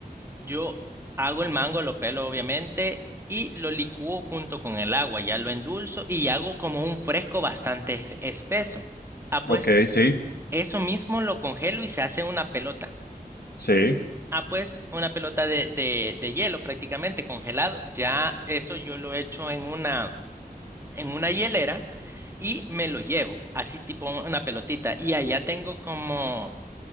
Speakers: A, on the right; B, on the left.
A: yo hago el mango, lo pelo obviamente, y lo licúo junto con el agua, ya lo endulzo y hago como un fresco bastante espeso. Ah, pues
B: Ok, sí.
A: eso mismo lo congelo y se hace una pelota.
B: Sí.
A: Ah, pues una pelota de, de, de hielo prácticamente congelado. Ya eso yo lo echo en una, en una hielera y me lo llevo, así tipo una pelotita. Y allá tengo como